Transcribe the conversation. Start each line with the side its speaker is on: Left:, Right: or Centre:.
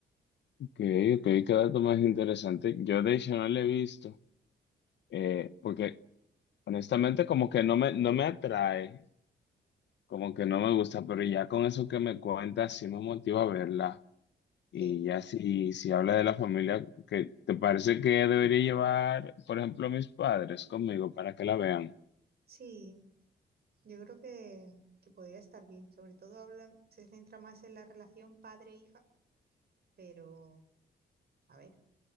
Left: ok, ok, qué dato más interesante. Yo de hecho no lo he visto, eh, porque honestamente como que no me, no me atrae, como que no me gusta, pero ya con eso que me cuentas sí me motiva a verla.
Right: Sí,
Left: Y ya si, si habla de la familia, que te parece que debería llevar, por ejemplo, a mis padres conmigo para que la vean?
Right: sí, Yo creo que, que podría estar bien. Sobre todo habla, se centra más en la relación padre-hija, pero a ver,